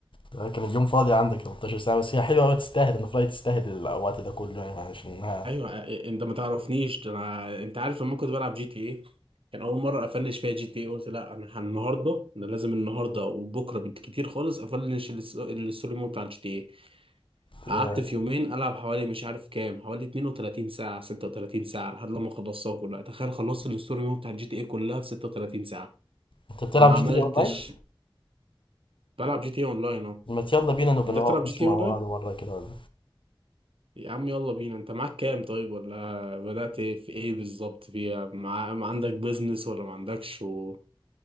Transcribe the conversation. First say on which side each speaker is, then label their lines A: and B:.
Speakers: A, on the left; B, on the right.
A: ده كان اليوم فاضي عندك 18 ساعة بس هي حلوة أوي تستاهل إن فلاي تستاهل الوقت ده كله يعني عشان إنها
B: ايوه آه، انت ما تعرفنيش ده انا انت عارف لما كنت بلعب جي تي ايه كان اول مره افنش فيها جي تي ايه قلت لا انا هن- النهارده انا لازم النهارده وبكره بالكتير خالص افنش الس- الستوري مود بتاع الجي تي ايه
A: يا.
B: قعدت في يومين العب حوالي مش عارف كام حوالي 32 ساعه 36 ساعه لحد لما خلصتها كلها تخيل خلصت الستوري مود بتاع الجي تي ايه كلها في 36 ساعه
A: أنت بتلعب
B: وما
A: جي
B: عملتش
A: تي إيه أونلاين؟
B: بلعب جي تي ايه اونلاين اهو
A: ما يلا بينا نبقى
B: انت
A: نقعد
B: بتلعب جي
A: نخش
B: تي
A: مع
B: ايه اونلاين
A: بعض مرة كده ولا
B: يا عم يلا بينا انت معاك كام طيب ولا بدأت ايه؟ في ايه بالظبط فيها مع... ما عندك بيزنس ولا ما عندكش و...